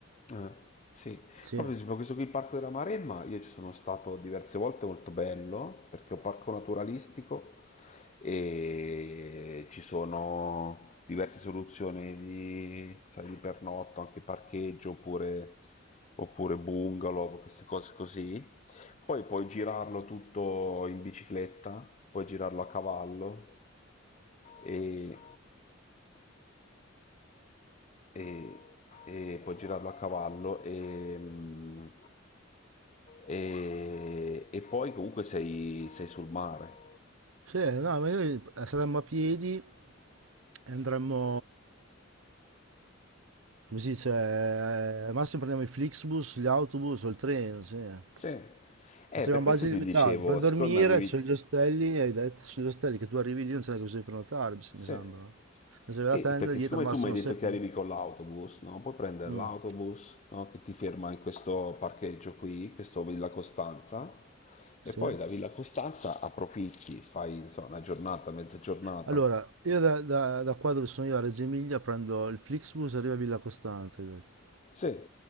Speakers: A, on the left; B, on the right.
A: Eh, sì,
B: Sì.
A: proprio tipo questo qui, il Parco della Maremma, io ci sono stato diverse volte, molto bello, perché è un parco naturalistico e ci sono diverse soluzioni di, sai, di pernotto, anche parcheggio oppure, oppure bungalow, queste cose così. Poi puoi girarlo tutto in bicicletta, puoi girarlo a cavallo e e, e puoi girarlo a cavallo e, mm, e- e poi comunque sei, sei sul mare.
B: Sì, no, ma noi eh, saremmo a piedi E andremmo, come si dice, eh, al massimo prendiamo i Flixbus, gli autobus o il treno, sì. Perché
A: Sì, eh,
B: siamo
A: per
B: a base
A: questo ti
B: limitate.
A: dicevo,
B: Per dormire
A: siccome avevi...
B: c'è gli ostelli, hai detto, sugli ostelli che tu arrivi lì non c'è neanche bisogno di prenotare, mi,
A: Sì.
B: mi sembra. no? Ma se avete
A: Sì,
B: la tenda
A: perché
B: dietro
A: siccome
B: al massimo
A: tu mi hai detto
B: sei
A: che
B: pieni.
A: arrivi con l'autobus, no? Puoi prendere
B: Mm,
A: l'autobus, no? Che ti ferma in questo parcheggio qui, questo Villa Costanza, e
B: sì.
A: poi da Villa Costanza approfitti, fai, non so, una giornata, mezza giornata,
B: Allora, io da, da- da qua dove sono io a Reggio Emilia prendo il Flixbus e arrivo a Villa Costanza, hai detto.
A: Sì,